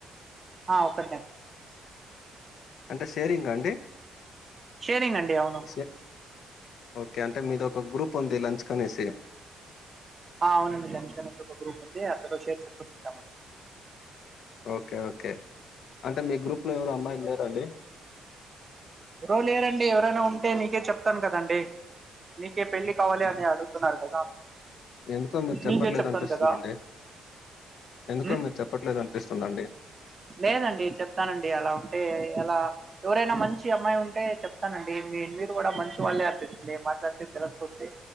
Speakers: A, on the right; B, on the left.
A: ఆ ఒకడా
B: అంటే షేరింగ్ అండి
A: షేరింగ్ అండి అవును
B: శే ఓకే అంటే మీద ఒక గ్రూప్ ఉంది లంచ్ కనేసి.
A: ఆ అవునండి జనీ ఒక గ్రూప్ ఉంది అంత షేర్ చేసుకుంటూ తింటామ
B: ఓకే ఓకే అంటే మీ గ్రూప్లో ఎవరు అమ్మాయిలు లేరండి
A: ఎవరలేరండి ఎవరైనా ఉంటే నీకే చెప్తాను కదండి మీకే పెళ్ళి కావాలి అని అడుగుతున్నారు కదా
B: ఎందుకో మీరు చెప్పట్లేదు
A: మీకే చెప్తాను
B: అనిపిస్తుందండి
A: కదా
B: ఎందుకో
A: ఉమ్
B: మీరు చెప్పట్లేదు అనిపిస్తుందండి
A: లేదండి చెప్తానండి అలా ఉంటే ఎలా ఎవరైనా మంచి అమ్మాయి ఉంటే చెప్తానండి మీరు కూడా మంచి వాళ్ళే అనిపిస్తుంది మాట్లాడితే తెలస్తుంది